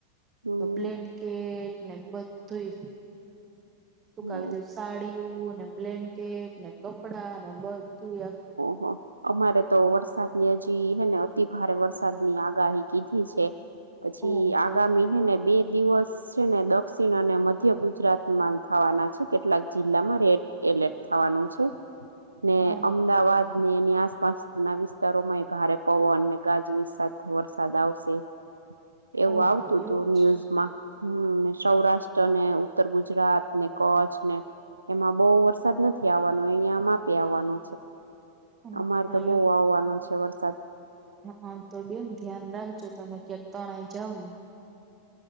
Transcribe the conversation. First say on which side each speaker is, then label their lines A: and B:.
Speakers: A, on the right; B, on the right.
A: હમ
B: તો બ્લેન કેટ ને બધું સુુંકાવી
A: હમ
B: દીધું સાડિયું ને બ્લેન્કેટ ને કપડાં ને બધું આખું
A: હહા અમારે તો વરસાદની હજી હે ને અતિ ભારે વરસાદ ની આગાહી કીધી છે પછી
B: ઓહો
A: આગામી હેને બે દિવસ છે ને દક્ષિણ અને મધ્ય ગુજરાતમાં થવાના છે કેટલાક જિલ્લામાં રેડ એલર્ટ થવાનું છે
B: <inaudible>
A: ને અમદાવાદ
B: હા
A: ને એની આસપાસ ના વિસ્તારોમાં એ ભારે પવન ગાજવીજ સાથે વરસાદ આવશે એવું
B: ઓહો
A: આવતું
B: એવું
A: હતું ન્યુઝમાં હ સૌરાષ્ટ્ર અનેને ઉત્તર ગુજરાત ને કચ્છ ને એમાં બહુ વરસાદ નથી આવવાનો અહિયાયા માપી આવવાનો
B: અચ્છા
A: અમારે તો બહ આવવાનો છે વરસાદ
B: હ તો બેન ધ્યાન રાખજો તમે ક્યાક તણાઈ જાવ ને